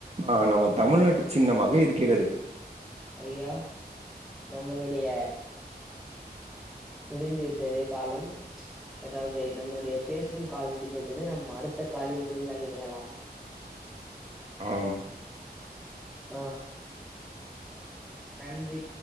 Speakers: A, on the right; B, in the centre.
A: ஆ நம்ம தமிழ்நாட்டு சின்னமாக இருக்கிறது
B: ஐய்யா நம்மளுடைய முடிந்து விட்டது காலம் அதாவது நம்மளுடைய பேசும் காலம் முடிந்து விட்டது நம்ம அடுத்த காலில் முடிந்தால் இணையலாம்
A: ஆம்
B: அ நன்றி